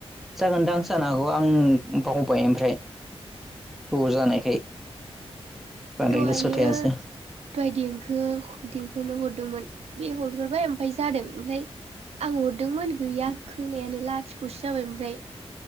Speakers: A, in the centre; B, on the right.
A: जागोनदां आं जानो हागौ आं बावबाय ओमफ्राय गोबाव जानायखाय बांद्राय
B: दहायो
A: गोसोआव थायासै
B: दहाय देंखो देंखोनो हरदोंमोन बे हरग्रोबाय ओमफफ्राय जादों ओमफ्राय आं हरदोंमोन गैया खोनायानो लाथिख'सो जाबाय ओमफ्राय